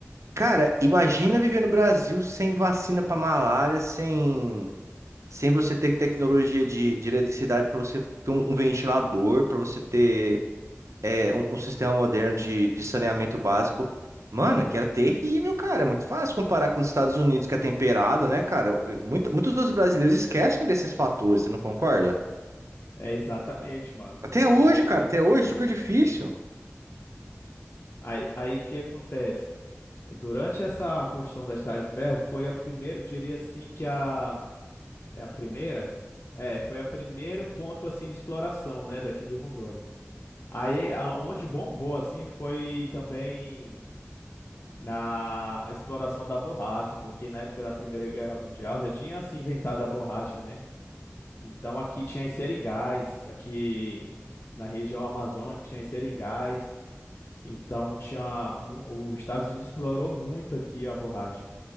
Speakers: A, on the right (about 75°); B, on the left (about 45°).
A: Cara, imagina viver no Brasil sem vacina pra malária, sem, sem você ter tecnologia de, de eletricidade pra você ter um, um ventilador, pra você ter é um, um sistema moderno de, de saneamento básico. Mano, que era terrível, cara. É muito fácil comparar com os Estados Unidos, que é temperado, né, cara? Muito- muitos dos brasileiros esquecem desses fatores, você não concorda?
B: É exatamente, mano.
A: Até hoje,
B: E tipo,
A: cara, até hoje, super difícil.
B: aí aí o que acontece? Durante essa construção da Estrada de Ferro, foi a primeira, diria assim que a é a primeira, é, foi a primeiro ponto assim de exploração, né, daqui de Rondônia. Aí aonde bombou assim foi também na exploração da borracha, porque na época da Primeira Guerra Mundial já tinha se inventado a borracha, né? Então aqui tinha os seringais, aqui em- na região amazônica tinha os seringais. Então tinha mu- os Estados Unidos explorou muito aqui a borracha.